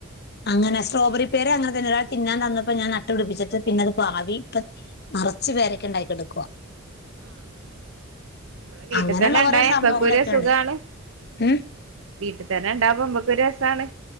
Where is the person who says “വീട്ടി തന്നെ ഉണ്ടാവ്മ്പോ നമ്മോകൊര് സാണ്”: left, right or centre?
Right